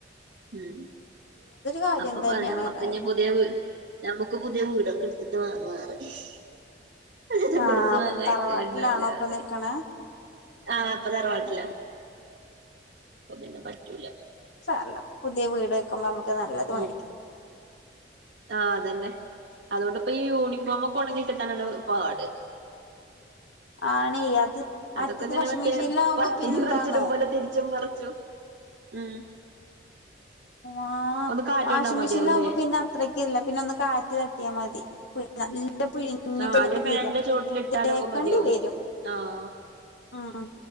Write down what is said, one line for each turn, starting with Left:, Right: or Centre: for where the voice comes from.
Right: ഉം
Left: കാര്യം
Right: അപ്പൊ
Left: തന്നെയാണ്
Right: പറയാം നമ്മക്ക്
Left: ഏതായാലും
Right: ഇ പുതിയ വ ഞമ്മുക്ക് പുതിയ വീടൊക്കെ ത്തി് വാങ്ങടുക്ക്
Left: ആഹ് അപ്പൊ
Right: വാങ്ങക്കല്ല
Left: തറവാട്ടിലാണോ
Right: ഇണ്ടാവൂല
Left: ഇപ്പൊ
Right: ആറി
Left: നിക്കണേ
Right: ആഹ ഇപ്പൊ തറവാട്ടില്ല പിന്നെ പറ്റൂല
Left: സല്ല പുതിയ വീട് വെക്കുമ്പോ നമുക്ക് നല്ലതും മരിക്കാം
Right: ഉം ആഹ് അതന്ന അതൊണ്ട്ൊപ്പൊ ഈ യൂണിഫോമ ഒക്ക ഉണങ്ങ ാന പോട്
Left: ആണേ അത് മറ്റത്
Right: അതൊക്കെ ഇങ്ങനെ
Left: വാഷിംഗ്
Right: മറ്റേ
Left: മെഷീനിലാവുമ്പോ
Right: പത്തിരി
Left: പിന്നെന്താന്നോ
Right: മറച്ചിടും പോലെ തിരിച്ചും മറച്ചു ഉം
Left: ആ
Right: ഒന്ന് കാറ്റൊണ്ടാ
Left: വാഷിംഗ
Right: മതിയാവൂല്ലേ
Left: മെഷീനിലാവകുമ്പോ പിന്നെ അത്രക്ക ഇല്ല പിന്നെ ഒന്ന് കാറ്റ് തട്ടിയാൽ മതി നല്ല പിഴിഞ്ഞിട്ടല്ലേ
Right: ആഹ അല്ലെ ഫാനന്റെ
Left: വര
Right: ചോട്ടിലിട്ടാലൊക്കെ
Left: തേക്കണ്ടി
Right: മതിയാവും
Left: വരും
Right: ആഹ
Left: ഉം